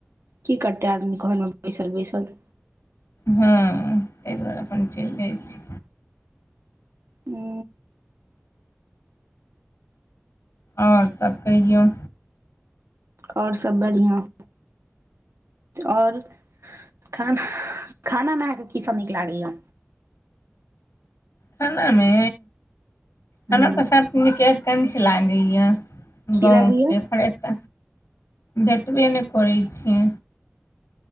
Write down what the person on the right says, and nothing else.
की करतै आदमी, घरमे बैसल- बैसल।
हू।
और सब बढ़िआ। और खा खानामे अहाँके कीसभ नीक लागैए?
हुँ
की
लागैया